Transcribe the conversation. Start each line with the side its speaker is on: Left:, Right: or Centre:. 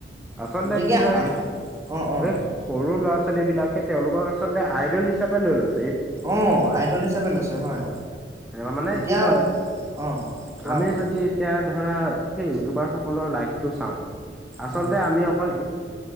Centre: আচলতে
Right: গতিকে
Centre: কি হয়
Right: আম অ অ
Centre: এ সৰু ল'ৰা ছোৱালী বিলাকে তেওঁলোকক আচলতে আইডল হিচাপে লৈ লোয়
Right: অ আইডল হিচাপে লৈছে হয়।
Centre: এ মানে
Right: এতিয়া
Centre: কি হয়
Right: অ কোৱা
Centre: আমি
Right: কোৱা
Centre: যদি এতিয়া ধৰা হেই ইউটিউবাৰ সকলৰ লাইফটো চাওঁ আচলতে
Right: হয়
Centre: আমি অকল